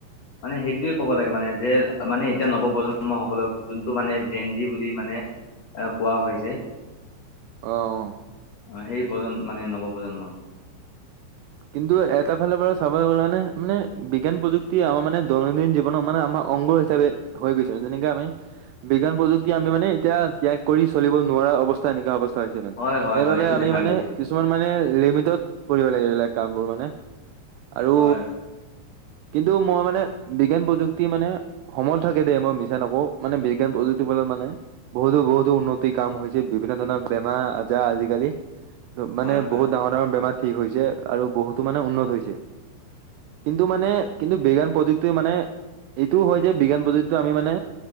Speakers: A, on the left (about 80°); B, on the right (about 85°).
A: মানে সেইটোয়ে ক'ব লাগে মানে। যে মানে এতিয়া নৱপ্ৰজন্ম সকলক যোনটো মানে জেন জি বুলি মানে। এ কোৱা হৈছে।
B: অহ।
A: অ সেই প্ৰজন্ম মানে নৱ প্ৰজন্মৰ।
B: কিন্তু এটা ফালৰ পৰা চাব কাৰণে মানে বিজ্ঞান প্ৰযুক্তি আমাৰ মানে দৈনন্দিন জীৱনত মানে আমাৰ। অংগ হিচাপে হৈ গৈছে যেনেকে আমি বিজ্ঞান প্ৰযুক্তি আমি মানে এতিয়া ত্যাগ কৰি চলিব নোৱাৰো। অৱস্থা এনেকা অ। মানে
A: হয় হয়
B: সেইবাবে
A: হয় এইটো
B: আমি
A: দেখা
B: মানে
A: গৈছে
B: কিছুমান মানে লিমিটত কৰিব লাগে এইবিলাক কামবোৰ মানে। আৰু
A: হয়
B: কিন্তু মই মানে বিজ্ঞান প্ৰযুক্তি মানে। সমল থাকে দে মই মিছা নকওঁ মানে বিজ্ঞান প্ৰযুক্তিৰ ফলত মানে বহুতো বহুতো উন্নতিৰ কাম হৈছে। বিভিন্ন ধৰণৰ বেমাৰ আজাৰ আজিকালি মানে
A: হয় হয়
B: বহুত ডাঙৰ ডাঙৰ বেমাৰ ঠিক হৈছে। আৰু বহুতো মানে উন্নত হৈছে কিন্তু মানে কিন্তু বিজ্ঞান প্ৰযুক্তি মানে। এইটো হয় যে বিজ্ঞান প্ৰযুক্তিটো আমি মানে।